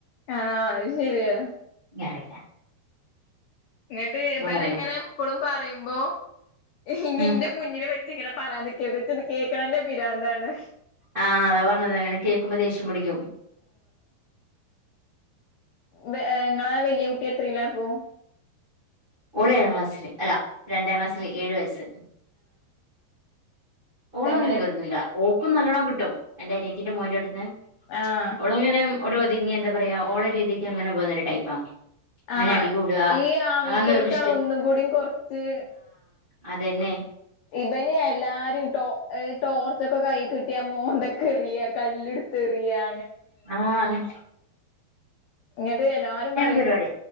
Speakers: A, on the left; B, on the right.
A: ആഹ് അത് ശരിയാ
B: <unintelligible>
A: ഇങ്ങിട്ട് ഇബൻ
B: നമുക്കറിയില്ല
A: ഇങ്ങനെ ഇപ്പഴും പറയുമ്പോ ഇഞ്ഞി
B: ഉം
A: ഇൻ്റെ മുന്നില് വെ ഇജ്ജ് ഇങ്ങനെ പറയാൻ നിക്കരുത്, ഇച്ചിത് കേൾക്കണന്നെ പിരിന്താണ്.
B: ആഹ് അതാ പറഞ്ഞത് അങ്ങനെ കേക്കുമ്പോ ദേഷ്യം പിടിക്കും
A: വെ ഇങ്ങളാ വെല്ല്യ കുട്ടി എത്രേലാപ്പം
B: ഓന് ഏഴാം ക്ലാസ്സില് അല്ല രണ്ടാം ക്ലാസ്സില് ഏഴു വയസ്സ് ഓന്
A: എങ്ങനെ
B: അങ്ങനെ വെരുന്നില്ല ഓക്കും നല്ലോണം കിട്ടും എന്റെനിയത്തീന്റെ മോൻ്റെടുത്ത്ന്ന്
A: ആഹ്
B: ഓളങ്ങനെ ഒര് ഒതുങ്ങി എന്താ പറയാ ഓളെ രീതിക്ക് അങ്ങനെ പോകുന്ന ഒരു ടൈപ്പാ അങ്ങനെ
A: ആഹ്
B: അടികൂടുക
A: ഈ ആൺ
B: അതൊന്നും
A: കുട്ട് <unintelligible>
B: ഓക്ക്
A: ഒന്നും കൂടിയും കൊറച്ച്
B: അതെന്നെ
A: ഇബന് എല്ലാരേം ടോ ടോർച്ചൊക്കെ കൈ കിട്ടിയാ മോന്തക്ക് എറിയാ കല്ലെടുത്ത് എറിയാ
B: ആഹ് അങ്ങ
A: ഞ്ഞ്ട്ട് എല്ലാരും പറീം
B: പരിപാടി